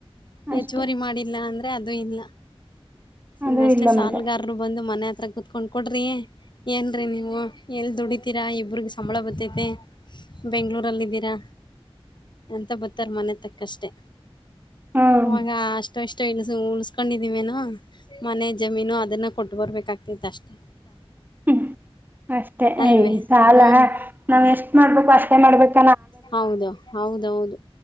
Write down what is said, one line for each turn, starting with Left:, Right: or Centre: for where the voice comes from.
Left: ಹೆಚ್ಚುವರಿ
Right: ಅಷ್ಟೇ
Left: ಮಾಡಿಲ್ಲ ಅಂದ್ರೆ ತ್ತೆ ಅದು ಇಲ್ಲ.
Right: ಅದು
Left: ಇನ್ನಷ್ಟೇ
Right: ಇಲ್ಲ
Left: ಸಾಲುಗಾರ್ರು
Right: ಮತ್ತೆ
Left: ಬಂದು ಮನೆ ಆತ್ರ ಕೂತ್ಕೊಂಡ್ ಕೊಡ್ರಿ ಏನ್ರೀ ನೀವು ಎಲ್ಲಿ ದುಡಿತೀರಾ ಇಬ್ರಿಗೆ ಸಂಬಳ ಬತ್ತೈತೆ. ಬೆಂಗಳೂರಲ್ಲಿದ್ದೀರಾ ಅಂತ ಬರ್ತಾರ್ ಮನೆ ತಕ್ಕಷ್ಟೆ
Right: ಹ್ಮ
Left: ಅವಾಗ ಅಷ್ಟೊ ಇಷ್ಟ್ ತೆ ಇ ಉಳ್ಸ್ಕೊಂಡಿದಿವೇನ ಮನೆ ಜಮೀನು ಅದನ್ನ ಕೊಟ್ಟು ಬರ್ಬೇಕಾತ. ಅಷ್ಟೆ.
Right: ಹ್ಮ್ ಅಷ್ಟೇ
Left: ಅಲ್ವೇ
Right: ಎಯ್ ಸಾಲ
Left: ಹ್ಮ್
Right: ನಾವ್ ಎಷ್ಟ್ ಮಾಡ್ಬೇಕು ಅಷ್ಟೇ ಮಾಡ್ಬೇಕು.
Left: ಹೌದ ಹೌದೌದು